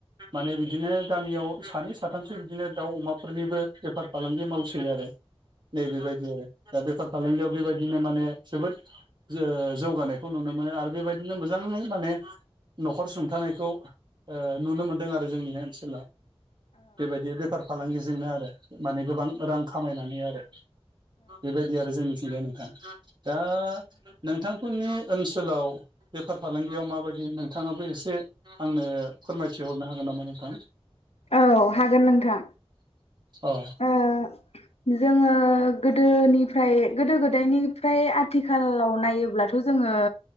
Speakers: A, on the right; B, on the left.
A: माने बिदिनो गामियाव सानै साथामसो बिदिनो दाउ अमाफोरनिबो बेफार फालांगि मावसै आरो नै बेबायदि आरो दा बेफार फालांगियाव बेबायदिनो माने जोबोद ओ जौगानायखौ नुनो मोनो आरो बेबायदिनो मोजाङै माने न'खर सुंथानायखौ ओ नुनो मोनदों आरो जोंनि ओनसोलाव। बेबायदि बेफार फालांगिजोंनो आरो माने गोबां रां खामायनानै आरो। बेबायदि आरो जोंनिथिंजाय नोंथां दा नोंथांफोरनि ओनसोलाव बेफार फालांगियाव माबायदि नोंथाङाबो ए से आंनो फोरमायथिहरनो हागोन नामा नोंथां?
B: औ हागोन नोंथां।
A: अ
B: ओ जोङो गोदोनिफ्राय गोदो गोदायनिफ्राय आथिखालाव नायोब्ला थ' जोंङो